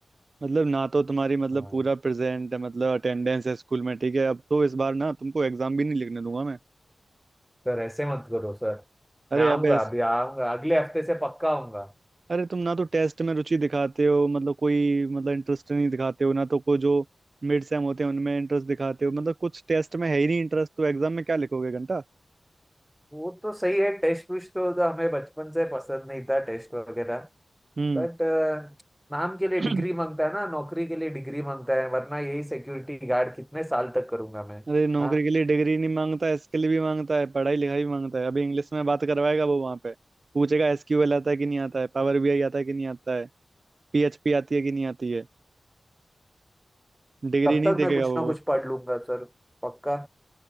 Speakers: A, on the right; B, in the centre.
A: मतलब ना तो तुम्हारी मतलब
B: हाँ
A: पूरा प्रेजेंट है मतलब अटेंडेंस है स्कूल में ठीक है अब तो इस बार ना तुमको एग्जाम भी नहीं लिखने दूंगा मैं
B: सर ऐसे मत करो सर
A: अरे
B: मैं आऊंगा
A: अब ऐस
B: अभी आऊंगा अगले हफ्ते से पक्का आऊंगा
A: अरे तुम ना तो टेस्ट में रुचि दिखाते हो मतलब कोई मतलब इंटरेस्ट नहीं दिखाते हो ना तो कोई जो मिड सेम होते हैं उनमें इंटरेस्ट दिखाते हो मतलब कुछ टेस्ट में है ही नहीं इंटरेस्ट तो एग्जाम में क्या लिखोगे घंटा
B: वो तो सही है टेस्ट पुश तो, तो हमें बचपन से पसंद नहीं था टेस्ट वगैरह
A: हम्म
B: बट नाम के लिए
A: <clears throat>
B: डिग्री मांगता है ना नौकरी के लिए डिग्री मांगता है वरना यही सिक्योरिटी गार्ड कितने साल तक करूंगा मैं
A: अरे नौकरी
B: हाँ
A: के लिए डिग्री नहीं मांगता इसके लिए भी मांगता है पढ़ाई लिखाई भी मांगता है अभी इंग्लिश में बात करवाएगा वो वहां पे पूछेगा एसक्यूएल आता है कि नहीं आता है पावर बीआई आता है कि नहीं आता है पीएचपी आती है कि नहीं आती है डिग्री
B: तब
A: नहीं
B: तक
A: देखेगा
B: मैं कुछ
A: वो
B: ना कुछ पढ़ लूंगा सर पक्का